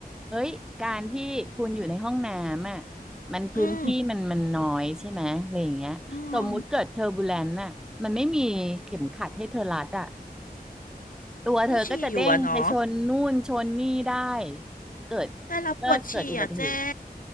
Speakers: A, in the centre; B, on the left.
A: เฮ้ย การที่คุณอยู่ในห้องน้ำอ่ะมันพื้นที่มันมันน้อยใช่ไหมอะไรอย่างเงี้ยสมมุติเกิดเทอร์บูเลนต์น่ะมันไม่มีเข็มขัดให้เธอรัดอ่ะ
B: อืมอืม
A: ตัวเธอก็จะเด้งไปชนนู่นชนนี่ได้
B: ก็ฉี่อยู่อะเนาะ
A: เกิด
B: แต่เราปวดฉี่อ่ะเจ๊
A: ก็เกิดอุบัติเหตุ